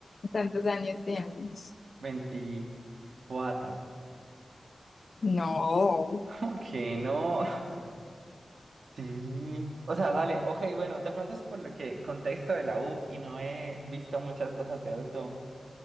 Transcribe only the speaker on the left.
¿Cuántos años tienes?
No.